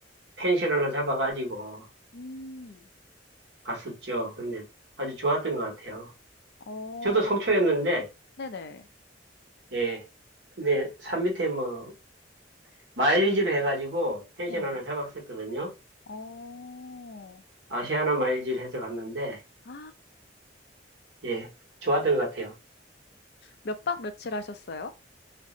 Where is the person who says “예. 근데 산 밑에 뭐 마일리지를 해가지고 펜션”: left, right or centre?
Right